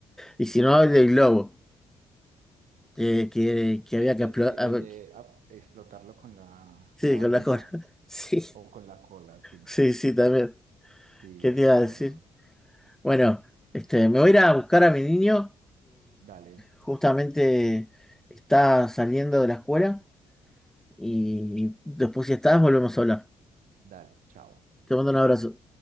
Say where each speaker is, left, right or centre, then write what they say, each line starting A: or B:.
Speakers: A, in the centre; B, on the right.
A: Y si no, el del globo, eh, que, que
B: El
A: había que
B: de,
A: explotar.
B: se- el de ah, explotarlo con la,
A: Sí,
B: con la barriga
A: con la cola. <laughs> Sí,
B: o con la cola, sí.
A: sí, sí, también.
B: Sí,
A: ¿Qué
B: ya
A: te
B: recuerdo.
A: iba a decir? Bueno, este, me voy a ir a buscar a mi niño.
B: Dale,
A: Justamente está saliendo de la escuela. Y después, si estás, volvemos a hablar.
B: dale, chao.
A: Te mando un abrazo.